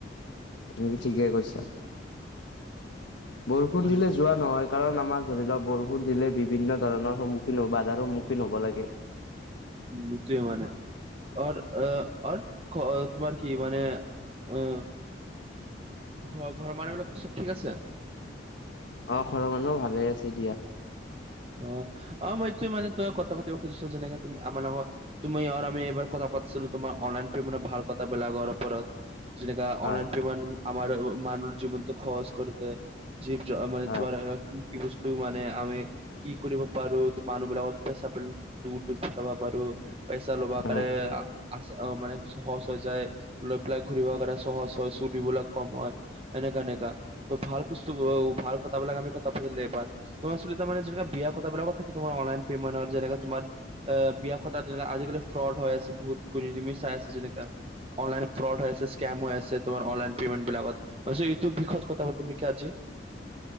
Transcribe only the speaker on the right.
সেইটো মানে।
<unintelligible> মানে। অৰ অহ অৰ খ তোমাৰ কি মানে এ ঘৰ ঘৰৰ মানুহবিলাক চব ঠিক আছে?
অ অ মই এইটো মানে তই কথা পাতিব খুজিছো যেনেকে তুমি আমাৰ লগত তুমি আৰু আমি এবাৰ কথা পাতিছিলো তোমাৰ অনলাইন পেমেণ্ট ভাল কথা বেলাগৰ ওপৰত। যেনেকা
অনলাইন পেমেণ্ট আমাৰ মানুহৰ জীৱনটো সহজ কৰি দিয়ে। জীৱ জ মানে
তোমাৰ কি কি বস্তু মানে আমি কি কৰিব পাৰো মানুহ বিলাক <unintelligible> দূৰ দূৰ পথাব পাৰো। পইচা ল'বা
কৰে আছে মানে সহজ হৈ যায় লৈ পেলাই ঘূৰিবৰ কাৰণে সহজ হয় চুৰিবলাক কম হয় এনেকা এনেকা তো ভাল বস্তুবিলাক ভাল কথাবিলাক আমি কথা পাতিলে এবাৰ ত আচল তাৰমানে জোনে বিয়া কথাবিলাকত থাকে তোমাৰ অনলাইন পেমেট যেনে তোমাৰ আহ বিয়া কথাত যেনেকে আজিকালি ফ্ৰড হৈ আছে বহুত কুমি কুমি চাই আছে যেনেকা। অনলাইন ফ্ৰড হৈ আছে স্কেম হৈ আছে তোমাৰ অনলাইন পে'মেন্ট বিলাকত। মই ভাবিছো এইটো বিষয়ত কথা পাতিম নেকি আজি